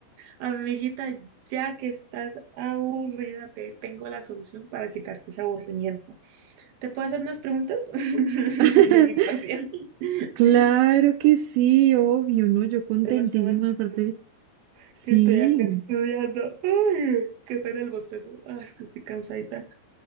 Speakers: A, on the right; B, on the right.
A: amiguita, ya que estás aburrida, te tengo la solución para quitarte ese aburrimiento. ¿Te puedo hacer unas preguntas <laughs> de
B: <laughs>
A: mi parcial? De
B: Claro que sí, obvio, ¿no? Yo contentísima
A: los temas que
B: de
A: estoy,
B: parte. Sí,
A: que estoy acá estudiando. Ay, qué pena el bostezo. Ah, es que estoy cansadita.